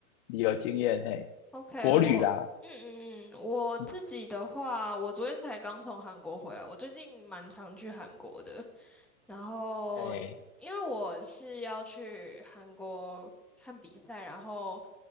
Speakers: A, on the left; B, in the centre.
A: 旅游经验，嘿，
B: OK，
A: 国旅啦，
B: 我嗯嗯，嗯，我自己的话，
A: 嗯，
B: 我昨天才刚从韩国回来，我最近蛮常去韩国的。然后，
A: 哎，
B: 因为我是要去韩国看比赛，然后，